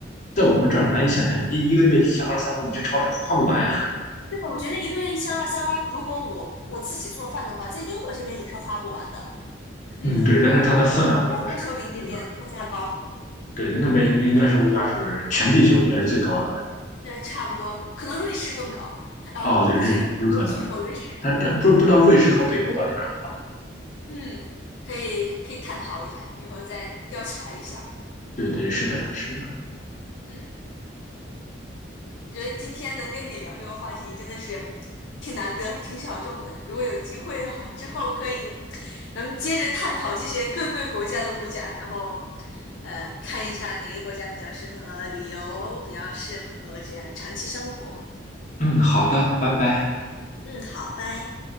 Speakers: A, on the left; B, on the left.
A: 在我们这儿难以想象，你一个月一千二三欧，你去超市花不完呀。
B: 对，我觉得一个月一千二三欧，如果我我自己做饭的话，在英国这边也是花不完的。嗯，
A: 嗯，对，但是它的分量差不多是这个，
B: 充分说明那边物价高，
A: 对，那边应应该是物价是全地球应该是最高的
B: 呃，差不多，可能瑞士更高啊，
A: 吧？
B: 我不知道，
A: 哦，对，日有可能，
B: 我去过瑞士。
A: 但但不是不知道瑞士和北欧到底哪儿？
B: 嗯，可以可以探讨一下，以后再调查一下。
A: 对对，是的，是的。
B: 嗯。觉得今天能跟你聊这个话题真的是挺难得、挺小众的。如果有机会的话，之后可以咱们接着探讨这些各个国家的物价，然后呃，看一下哪个国家比较适合旅游，比较适合这样长期生活。
A: 嗯，好的，拜拜。
B: 嗯，好，拜。